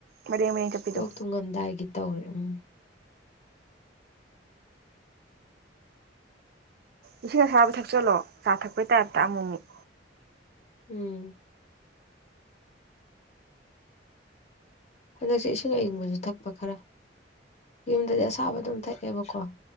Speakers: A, on the right; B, on the left.
A: ꯃꯔꯦꯡ ꯃꯔꯦꯡ ꯆꯠꯄꯤꯗꯣ
B: ꯂꯣꯛ ꯊꯨꯡꯉꯝꯗꯥꯏꯒꯤ ꯇꯧꯔꯦ ꯎꯝ
A: ꯏꯁꯤꯡ ꯑꯁꯥꯕ ꯊꯛꯆꯜꯂꯣ ꯆꯥ ꯊꯛꯄꯩ ꯇꯥꯏꯞꯇ ꯑꯃꯨꯛ ꯃꯨꯛ
B: ꯎꯝ ꯍꯟꯗꯛꯁꯦ ꯏꯁꯤꯡ ꯑꯏꯪꯕꯖꯨ ꯊꯛꯄ ꯈꯔ ꯌꯨꯝꯗꯗꯤ ꯑꯁꯥꯕ ꯑꯗꯨꯝ ꯊꯛꯑꯦꯕꯀꯣ